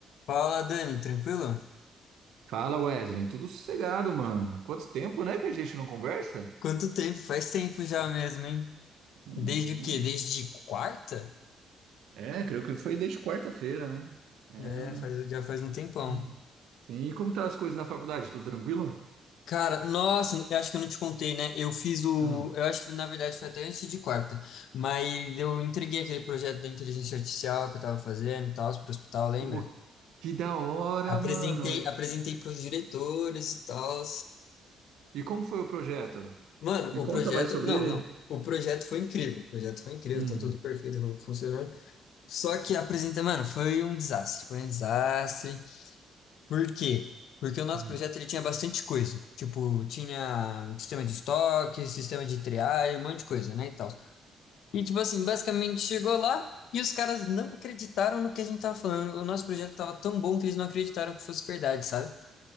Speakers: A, on the left; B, on the right.
A: Fala, Dani, tranquilo?
B: Fala Wesley, tudo sossegado, mano. Quanto tempo, né, que a gente não conversa?
A: Quanto tempo? Faz tempo já mesmo, hein?
B: Uhum.
A: Desde o quê? Desde quarta?
B: É, creio que foi desde quarta-feira, né? É.
A: Já é, faz, já faz um tempão.
B: Uhum. Sim, e como tá as coisas na faculdade? Tudo tranquilo?
A: Cara, nossa, eu acho que eu não te contei, né? Eu fiz o.
B: Hum.
A: Eu acho que na verdade foi até antes de quarta, mas eu entreguei aquele projeto da inteligência artificial que eu tava fazendo e tal, pro hospital, lembra?
B: Oh, que da hora,
A: Apresentei,
B: mano.
A: apresentei para os diretores e tal.
B: E como foi o projeto?
A: Mano,
B: Me
A: o projeto.
B: conta mais sobre
A: Não,
B: ele.
A: não. O projeto foi incrível. O projeto foi incrível,
B: Hum.
A: tá tudo perfeito, funcionando Só que apresenta, mano, foi um desastre, foi um desastre. Por quê? Porque o nosso
B: Hum.
A: projeto ele tinha bastante coisa. Tipo, tinha sistema de estoque, sistema de triagem, um monte de coisa, né, e tal. E tipo assim, basicamente chegou lá e os caras não acreditaram no que a gente tava falando. O nosso projeto tava tão bom que eles não acreditaram que fosse verdade, sabe?